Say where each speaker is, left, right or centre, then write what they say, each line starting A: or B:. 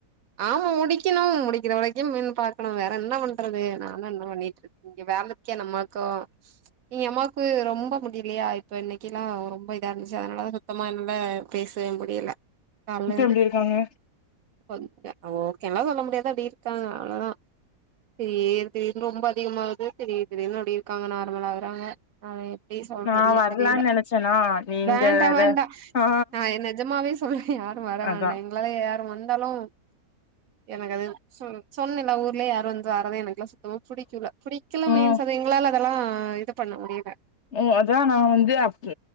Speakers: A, on the right (about 65°); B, on the left (about 50°).
A: ஆமா முடிக்கணு முடிக்கிற வரைக்கு மீன் பாக்கணு வேற என்ன பண்றது நா தா இன்னு பண்ணிட்ருக் இங்க வேலைக்கு நமக்கு எங்க அம்மாக்கு ரொம்ப முடியலையா இப்ப இன்னைக்கிலா ரொம்ப இதா இருந்துச்சு அதனாலா சுத்தமா என்னால பேசவே முடியல கால்லர்ந்து
B: இப்ப எப்டி இருக்காங்க
A: கொஞ்சோ அ ஓகேலா சொல்ல முடியாது அப்டி இருக்காங்க அவ்ளதா திடீர் திடீர்னு ரொம்ப அதிகமாகுது திடீர் திடீர்னு அப்டி இருக்காங்க நார்மலகறாங்க அத எப்டி சொல்றதுன்னே
B: நா வரலான்னு
A: தெரில
B: நெனைச்சேனா நீங்க
A: பேன் வேண்டா
B: வேற
A: வேண்டா
B: ஆ
A: நா என் நெஜமாவே சொல்றே யாரும் வர
B: அதா
A: வேண்டா எங்களால யாரும் வந்தாலும் எனக்கு அது சொன் சொன்னல்ல ஊர்லயே யாரு வந்து வர்றதே எனக்குல்லாம் சுத் தமா புடிக்குல புடிக்கல
B: ம்
A: மீன்ஸ் அது எங்களால அதெல்லா இது பண்ண முடியல
B: ம் அதா நா வந்து அப்